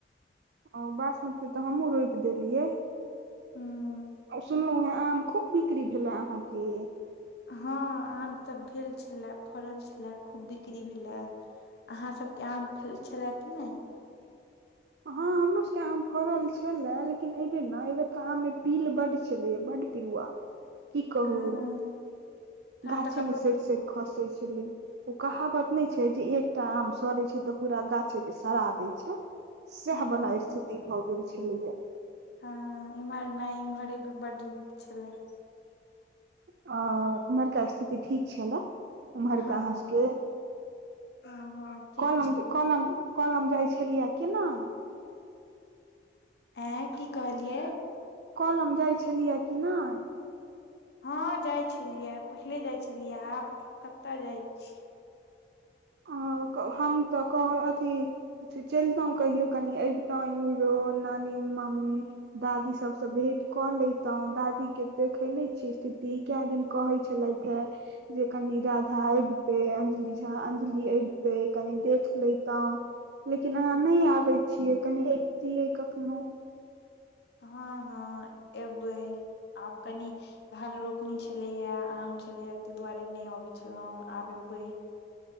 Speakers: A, on the right (about 65°); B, on the left (about 65°).
A: ओ बासमती तऽ हमहुँ रोपि देलियै
B: हूँ
A: सुनलौं हें आम खूब बिक्री भेले अहाँके
B: हँ आम तऽ भेल छलए फड़ल छलए खूब बिक्री भेलए अहाँसभके आम छलए कि नहि <inaudible>
A: हँ हमरो सबके आम फड़ल छले लेकिन एहिबेर ने एहिबेर बेर के आम मे पील बड्ड छेलेये बड्ड पिलुआ की कहू
B: हँ तहन
A: गाछे
B: तऽ कतौ
A: मे सडि सडि खसै छेलै ओ कहावत नहि छै जे एकटा आम सड़े छै तऽ पूरा गाछे के सडा दै छै सएह
B: हूँ
A: बला ईस्थिति भऽ गेल छलैया
B: हँ इम्हर नहि इम्हर बड्ड नीक छलै
A: अ उमर का ईस्थिति ठीक छै ला उमहरका
B: हँ
A: आहाँ सबके
B: हँ हँ ठीक
A: कलम
B: छलै
A: कलम कलम जाइ छलिया किनय
B: एऐ की कहलियै
A: कलम जाइ छलिया कि नय
B: हँ जाइ छलिया पहिले जाइ छलिया आब कतय जाइ छी
A: आ हम तऽ कह अथी चलितहुँ कहियो कनि अबितहुँ एम्हरो नानी मम्मी दादी सबसँ भेंट कऽ लेैतहु दादी के देखैनै छीयै ईस्थिति काए दिन कहै छलैथ हाए जे कनि राधा अबितै अंजलि झा अंजलि अबितै कनि देख लेैतौं लेकिन
B: हँ
A: अहाँ नहि आबे छीयै कनि दियै कखनो
B: हँ हँ एबै आब कनि धन रोपनी छलैया आम छलैया तैह दुआरे नय अबे छलहु आब एबे